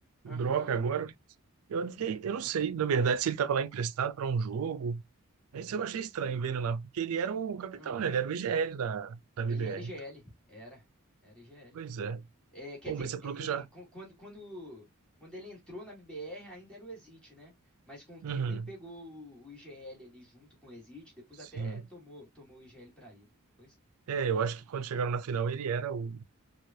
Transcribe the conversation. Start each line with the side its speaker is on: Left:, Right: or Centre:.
Right: o
Centre: Aham.
Right: Drop agora. Eu fiquei, eu não sei, na verdade, se ele tava lá emprestado para um jogo. Mas eu achei estranho vendo lá, porque ele era o capitão,
Centre: aham.
Right: né? Ele era o IGL da, da BBR.
Centre: Ele era IGL.
Right: Então,
Centre: Era. Era IGL.
Right: pois é.
Centre: É, quer
Right: Pô,
Centre: dizer,
Right: mas você falou
Centre: é-
Right: que já.
Centre: é- quan- quando, quando, quando ele entrou na BBR, ainda era o Exit, né? Mas com o tempo
Right: Uhum,
Centre: ele pegou o, o IGL ali junto com o Exit, depois
Right: sim.
Centre: até tomou, tomou o IGL pra ele. Foi sim.
Right: É, eu acho que quando chegaram na final ele era o,